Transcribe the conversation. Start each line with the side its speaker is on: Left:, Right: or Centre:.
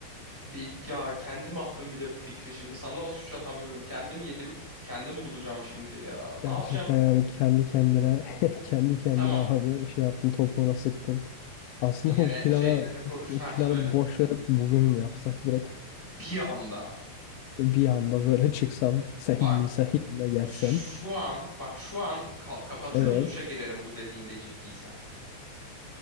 Centre: Bir, ya kendim attım bir de bu fikri şimdi. Sana da suç atamıyorum. Kendim yedim. Kendim bulacağım şimdi ya. Ne
Left: gerçekten
Centre: yapacağım?
Left: yani kendi kendine <laughs> kendi kendine
Centre: Tamam.
Left: abi şey yaptım topuğuna sıktım.
Centre: 3
Left: Aslında
Centre: gibi gene
Left: bu plana
Centre: şeylerini koruş. Ha
Left: planı
Centre: söyle.
Left: boş verip bugün mü yapsak direkt
Centre: Bir anda.
Left: bir anda böyle çıksam <laughs> sen
Centre: Bak
Left: giyinsen yanına gelsem.
Centre: şu an bak şu an ka- kapatırım
Left: Evet.
Centre: duşa girerim bu dediğinde ciddiysen.